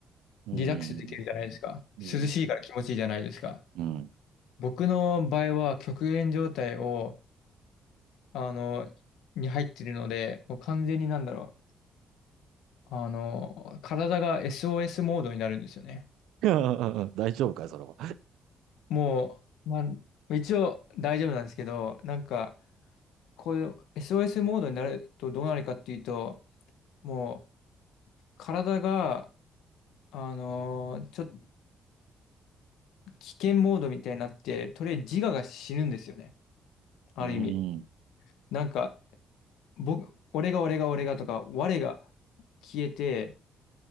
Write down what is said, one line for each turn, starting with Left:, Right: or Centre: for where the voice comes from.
Right: うん。
Left: リラックスできるじゃないですか。
Right: うん。
Left: 涼しいから気持ちいいじゃないですか。
Right: うん。
Left: 僕の場合は、極限状態を、あのに入ってるので、もう完全になんだろう。あの、体が SOS モードになるんですよね。
Right: うん <laughs> 大丈夫かい、それは。
Left: もう、まあ、一応大丈夫なんですけど、なんか、こういう SOS モードになるとどうなるかっていうと、もう、体が、あの、ちょっと危険モードみたいになって、とりあえず自我が死ぬんですよね。ある意味。
Right: うん。
Left: なんか、僕、俺が俺が俺がとか、我が消えて、